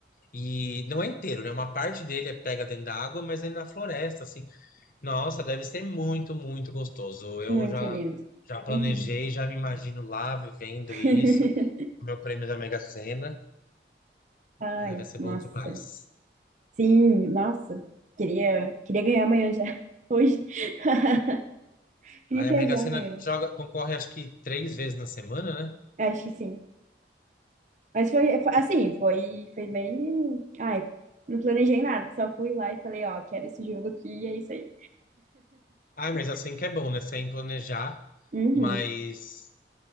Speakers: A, on the left (about 50°); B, on the right (about 40°).
A: E não é inteiro, né? Uma parte dele é pega dentro da água, mas ele na floresta, assim. Nossa, deve ser muito, muito gostoso. Eu
B: muito
A: já,
B: lindo.
A: já planejei,
B: Uhum.
A: já me imagino lá vivendo
B: <laughs>
A: isso. Meu prêmio da Mega Sena.
B: Ai,
A: Ai, vai ser
B: nossa.
A: bom demais.
B: Sim, nossa. Queria, queria ganhar amanhã já. <laughs> Hoje. <laughs> Queria
A: Aí
B: viajar
A: a Mega Sena
B: amanhã.
A: joga, concorre acho que três vezes na semana, né?
B: Acho que sim. Mas foi, foi- assim, foi, foi meio. Ai, não planejei nada. Só fui lá e falei, ó, quero esse jogo aqui e é isso aí.
A: Ah, mas assim que é bom, né? Sem planejar,
B: Uhum.
A: mas